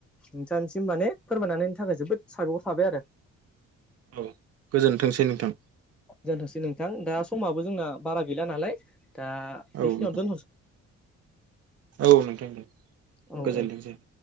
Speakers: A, in the centre; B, on the right.
A: नोंथांसिम माने फोरमायनानैनि थाखाय जोबोद साबायखर थाबाय आरो।
B: औ गोजोनथोंसै नोंथां।
A: जोनथोंसै नोंथां दा समाबो जोंना बारा गैला नालाय दा बेखिनियावनो
B: औ नोंथां
A: दोनथ'
B: औ नोंथां दे
A: औ औ
B: गोजोनथोंसै।